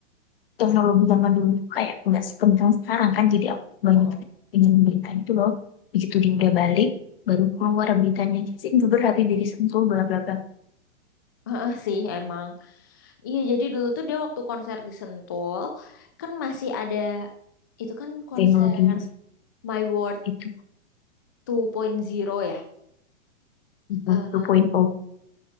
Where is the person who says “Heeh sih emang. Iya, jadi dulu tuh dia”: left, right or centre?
Left